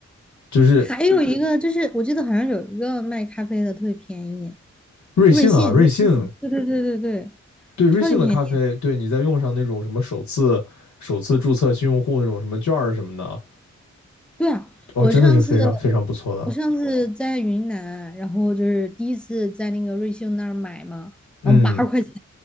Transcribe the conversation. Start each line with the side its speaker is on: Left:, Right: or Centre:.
Left: 就是
Centre: 还有一个就是，我记得好像有一个卖咖啡的特别便宜，
Left: 瑞幸啊，
Centre: 瑞幸，
Left: 瑞幸
Centre: 瑞幸，对对对对对，
Left: 对瑞幸的咖啡，
Centre: 超级便宜。
Left: 对你再用上那种什么首次首次注册新用户那种什么券儿什么的，
Centre: 对啊，
Left: 哇，
Centre: 我上次
Left: 真的是非常非常不错的。
Centre: 我上次在云南，然后就是第一次在那个瑞幸那儿买嘛，
Left: 嗯，
Centre: 然后八块钱